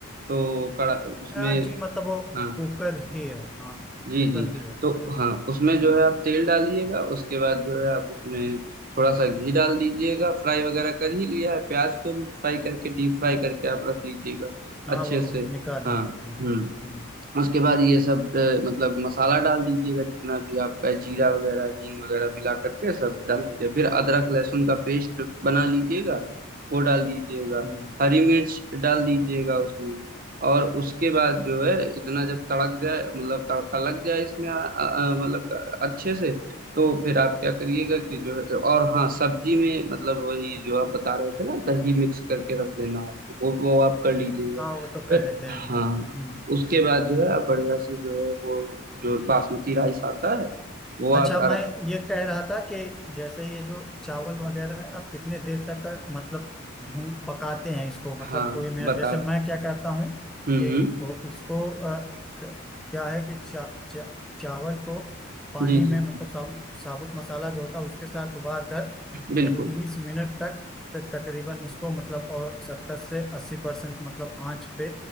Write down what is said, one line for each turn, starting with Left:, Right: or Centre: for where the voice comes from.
Right: तो कड़ा उसमें
Centre: हाँ जी मतलब वो
Right: हाँ
Centre: कुकर ही है हाँ
Right: जी
Centre: कुकर
Right: जी
Centre: ही है
Right: तो हाँ उसमें
Centre: हम्म
Right: जो है आप तेल डालिएगा उसके बाद जो है आप उसमें थोड़ा सा घी डाल दीजिएगा फ्राई वगैरह कर ही लिया है प्याज को भी फ्राई करके डीप फ्राई
Centre: हम्म,
Right: करके आप रख लीजिएगा
Centre: हाँ
Right: अच्छे
Centre: वो
Right: से
Centre: निकाल
Right: हाँ
Centre: लें हम्म
Right: हम्म
Centre: हम्म,
Right: उसके बाद ये सब अ, मतलब मसाला डाल दीजिएगा जितना भी आपका जीरा वगैरह हींग वगैरह मिला करके सब डाल दीजिए फिर अदरक लहसुन का पेस्ट बना लीजिएगा वो डाल दीजिएगा
Centre: हम्म,
Right: हरी मिर्च डाल दीजिएगा उसमें और उसके बाद जो है इतना जब तड़क जाए मतलब तड़का लग जाए इसमें अ, अ, मतलब अच्छे से तो फिर आप क्या करिएगा कि जो है और हाँ सब्जी में मतलब वही जो आप बता रहे थे ना दही मिक्स करके रख लेना है तो वो वो आप कर लीजिएगा
Centre: हाँ वो तो कर
Right: फिर
Centre: लेते हैं
Right: हाँ
Centre: हम्म
Right: उसके बाद जो है आप बढ़िया से जो है वो जो बासमती राइस आता है वो आप
Centre: अच्छा
Right: आरा-
Centre: मैं ये कह रहा था कि जैसे ये जो चावल वगैरह है आप कितने देर तक का मतलब भून पकाते हैं इसको मतलब
Right: हाँ
Centre: कोई मेरा
Right: बता
Centre: जैसे
Right: रहा
Centre: मैं
Right: हूँ
Centre: क्या करता हूँ
Right: हम्म
Centre: कि
Right: हम्म,
Centre: वो उसको अ, क्या है कि चा, चा, चावल को पानी
Right: जी
Centre: में
Right: जी
Centre: मतलब साबुत साबुत मसाला जो होता है उसके साथ उबाल कर
Right: बिल्कुल
Centre: तीस मिनट तक तक तकरीबन इसको मतलब और सत्तर से अस्सी परसेंट मतलब आंच पे